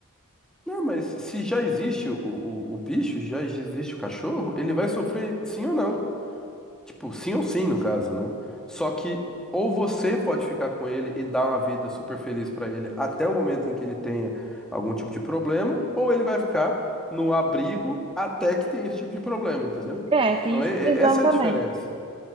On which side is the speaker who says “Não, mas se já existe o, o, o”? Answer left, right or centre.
Centre